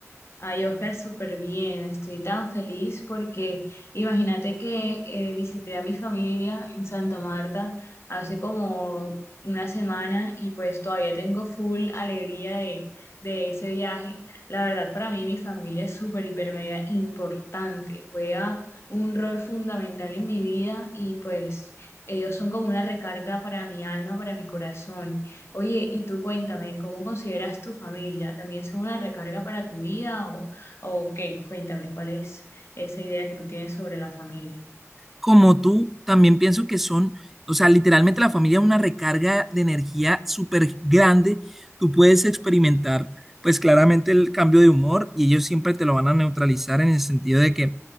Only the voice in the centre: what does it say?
como tú, también pienso que son, o sea, literalmente la familia es una recarga de energía súper grande. Tú puedes experimentar, pues claramente el cambio de humor y ellos siempre te lo van a neutralizar en el sentido de que